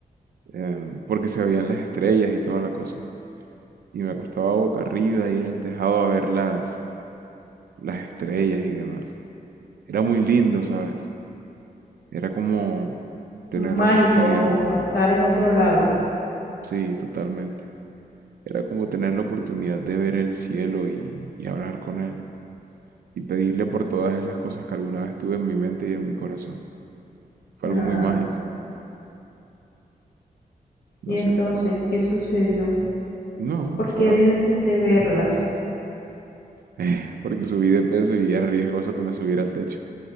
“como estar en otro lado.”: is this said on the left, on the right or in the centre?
Left